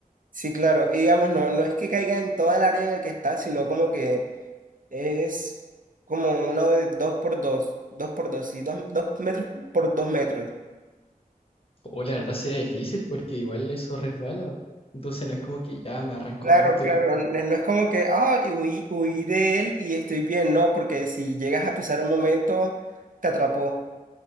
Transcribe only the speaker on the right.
Sí, claro. Y digamos, no, no es que caiga en toda el área en el que está, sino como que es como uno de dos por dos, dos por dos, sí, dos, dos metros por dos metros.
Claro,
claro,
n- no es como que, ah, y huí, huí de él y estoy bien, no, porque si llegas a pisar un momento, te atrapó